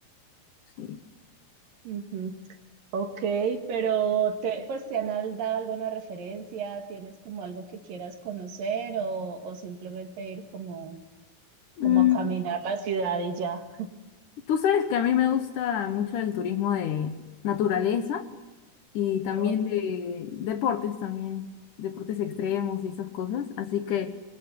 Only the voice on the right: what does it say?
Ujú. Ok, pero te, pues te han al- dado alguna referencia, tienes como algo que quieras conocer o, o simplemente ir como,
como a caminar la ciudad y ya.
Ok,